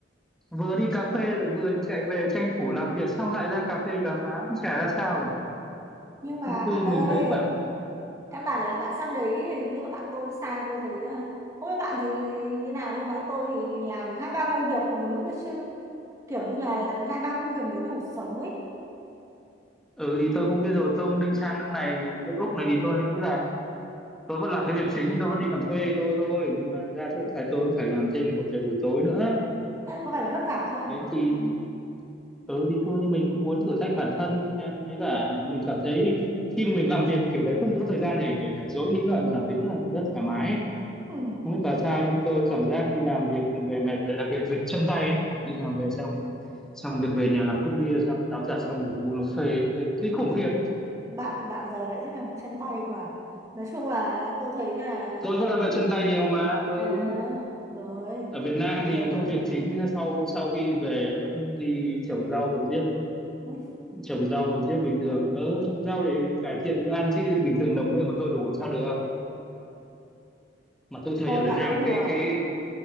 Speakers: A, in the centre; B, on the right.
A: vừa đi cà phê lại vừa chạy về tranh thủ làm việc xong lại ra cà phê cà pháo nó chả ra sao cả
B: nhưng mà
A: Không quy
B: bạn
A: mình
B: ơi
A: thấy cái bản
B: căn bản là bạn sang đấy nhưng mà bạn tôi sang tôi thấy à, không biết bạn thì, thì như nào nhưng mà bạn tôi thì làm hai ba công việc cùng một lúc ấy chứ kiểu như là làm hai ba công việc mới đủ sống ấy
A: ừ thì tôi cũng biết rồi tôi cũng định sang nước này nước Úc này thì tôi nghĩ là tôi vẫn làm cái việc chính tôi vẫn đi làm thuê tôi thôi nhưng mà ra chỗ phải tôi cũng phải làm thêm một việc buổi tối nữa
B: thế có phải là vất vả không
A: đấy thì ừ thì thôi nhưng mình cũng muốn thử thách bản thân em ấy cả mình cảm thấy khi mà mình làm việc kiểu đấy không có thời gian để để rảnh rỗi nghĩ ngợi mình cảm thấy rất là rất thoải mái ấy.
B: ừ.
A: không biết là sao nhưng tôi cảm giác đi làm việc về mệt rồi đặc biệt về chân tay ấy đi làm về xong xong việc về nhà làm cốc bia xong tắm giặt xong ngủ uống nó phê phê kinh khủng khiếp
B: bạn bạn giờ lại thích làm việc chân tay mà nói chung là tôi thấy là
A: tôi vẫn làm việc chân tay nhiều mà ừ.
B: à, rồi
A: ở Việt Nam thì
B: rồi
A: công việc chính sau sau khi về vẫn đi trồng rau trồng điếc ấy.
B: <laughs>
A: trồng rau trồng điếc bình thường ờ trồng rau để cải thiện bữa ăn chứ bình thường đồng lương của tôi đủ làm sao được mà tôi thấy
B: thôi
A: ở Việt
B: bạn
A: Nam
B: cứ đùa
A: cái cái